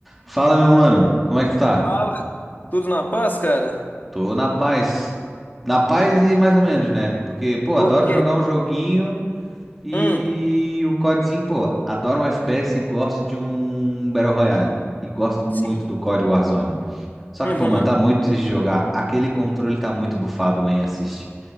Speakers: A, in the centre; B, on the left (about 40°).
A: Fala, meu mano, como é que tu tá?
B: Fala. Tudo na paz, cara?
A: Tô na paz. Na paz
B: Bom,
A: e mais ou menos, né? Porque, pô, adoro
B: Porque,
A: jogar um joguinho e
B: hum,
A: o CODzinho, pô, adoro um FPS e gosto de um Battle Royale. E gosto muito
B: sim,
A: do COD Warzone. Só
B: uhum.
A: que, pô, mano, tá muito triste de jogar. Aquele controle tá muito bufado, em assiste.